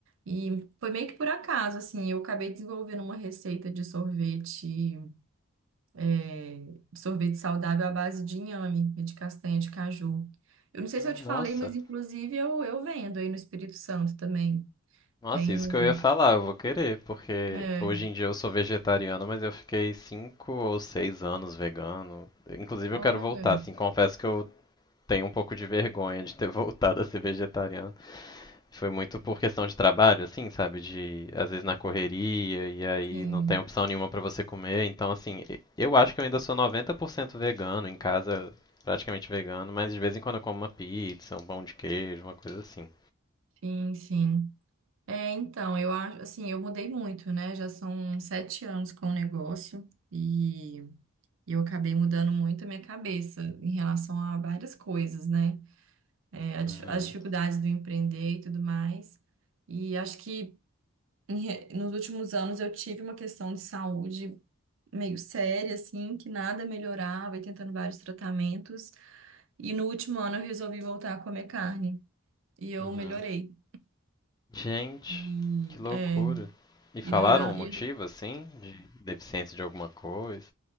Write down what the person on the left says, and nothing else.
Hum,
Nossa,
Nossa,
isso que eu ia falar, eu vou querer, porque
hoje em dia eu sou vegetariano, mas eu fiquei cinco ou seis anos vegano. Inclusive
eu quero voltar, assim, confesso que eu tenho um pouco de vergonha de ter <laughs> voltado a ser vegetariano. Foi muito por questão de trabalho, assim, sabe? De às vezes na correria e aí
não tem opção nenhuma pra você comer. Então, assim, e- eu acho que eu ainda sou 90% vegano, em casa praticamente vegano, mas de vez em quando eu como uma pizza, um pão de queijo, uma coisa assim.
Uhum,
uhum.
Gente,
que loucura.
E falaram
o motivo, assim, de deficiência de alguma coisa?